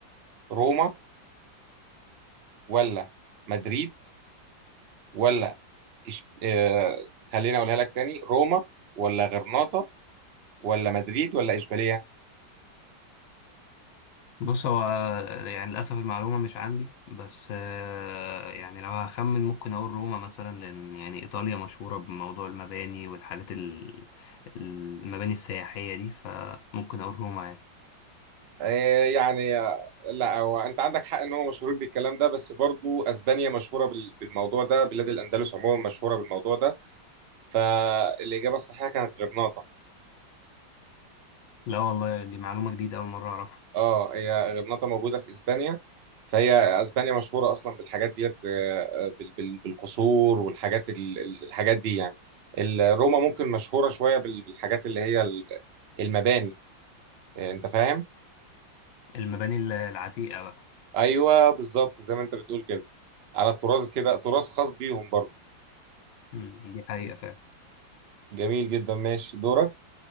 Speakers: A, on the right (about 80°); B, on the left (about 80°).
A: روما ولا مدريد ولا إش... آه... خليني اقولها لك تاني روما ولا غرناطة ولا مدريد ولا اشبيلية
B: بص هو يعني للأسف المعلومة مش عندي بس آه، يعني لو هخمن ممكن أقول روما مثلا لأن يعني إيطاليا مشهورة بموضوع المباني والحاجات ال- المباني السياحية دي فممكن أقول روما يعني
A: آه يعني آه، لا هو انت عندك حق ان هو مشهورين بالكلام ده بس برضو اسبانيا مشهورة بال... بالموضوع ده بلاد الاندلس عموما مشهورة بالموضوع ده فالاجابة الصحيحة كانت غرناطة
B: لا والله دي معلومة جديدة أول مرة أعرفها
A: اه هي غرناطة موجودة في اسبانيا فهي اسبانيا مشهورة اصلا بالحاجات ديت آه، آه، بال- بال- بالقصور والحاجات ال- ال- الحاجات دي يعني ال- روما ممكن مشهورة شوية بال- بالحاجات اللي هي ال- المباني آه، انت فاهم
B: المباني ال- العتيقة بقى
A: ايوه بالظبط زي ما انت بتقول كده على التراث كده تراث خاص بيهم برضه
B: مم، دي حقيقة فعلا
A: جميل جدا ماشي دورك